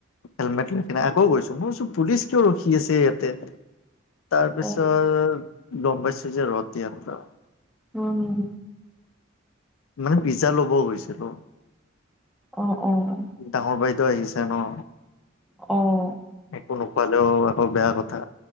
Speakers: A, on the left; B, in the centre.
A: হেলমেট লৈ কিনে আকৌ গৈছো, মই ভাবিছো পুলিচ কিয় ৰখি আছে ইয়াতে তাৰপিছত
B: উম
A: গম পাইছো যে ৰথ যাত্ৰা।
B: উম।
A: মানে পিজ্জা ল'ব গৈছিলো।
B: অ'-অ'হ।
A: ডাঙৰ বাইদো আহিছে ন।
B: অ'।
A: একো নোখোৱালেও আকৌ বেয়া কথা।